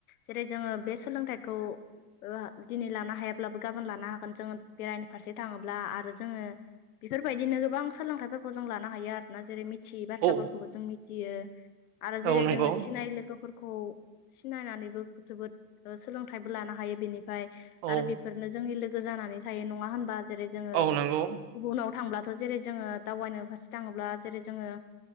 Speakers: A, on the left; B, on the right.
A: जेरै जोङो बे सोलोंथाइखौ दिनै लानो हायाब्लाबो गाबोन लानो हागोन जोङो बेरायनो फारसे थाङोब्ला आरो जोङो बेफोरबायदिनो गोबां सोलोंथाइफोरखौ जों लानो हायो आरोना जेरै मिथ बाथ्राफोरखौबो
B: औ
A: जों मिथियो आरो जेरै
B: औ नंगौ
A: जोङो सिनाय लोगो फोर सिनायनानैबो जोबोद सोलोंथाइबो लानो हायो बेनिफ्राय
B: औ
A: आरो बे बेफोरनो जोंनि लोगो जानानै थायो नङा होनबा जेरै जोङो
B: औ नंगौ
A: गुबुनुनाव थांब्लाथ' जेरै जोङो दावबायनो फारसे थाङोब्ला जेरै जोङो